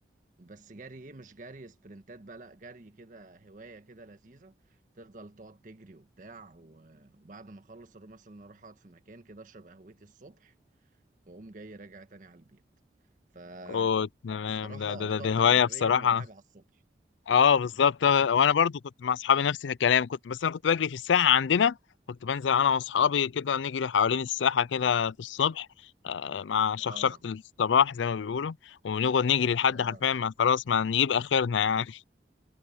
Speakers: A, on the right; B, on the left.
A: بس جري ايه مش جري سبرنتات بقى لا جري كده هوايه كده لذيذه تفضل تقعد تجري وبتاع و- وبعد ما اخلص اروح مثلا اروح اقعد في مكان كده اشرب قهوتي الصبح واقوم جاي راجع تاني على البيت ف
B: اوه تمام
A: بصراحة
B: ده ده ده,
A: طاقة
B: ده هوايه
A: إيجابية
B: بصراحه
A: مرعبة على الصبح
B: اه بالظبط آه، وانا برضو كنت مع اصحابي نفس الكلام كنت بس انا كنت بجري في الساحه عندنا كنت بنزل انا واصحابي كده نجري حوالين الساحه كده في الصبح آه، مع شخشقه
A: اه
B: الصباح زي ما بيقولوا ونقعد نجري لحد
A: اه
B: حرفيا ما خلاص ما نجيب اخرنا يعني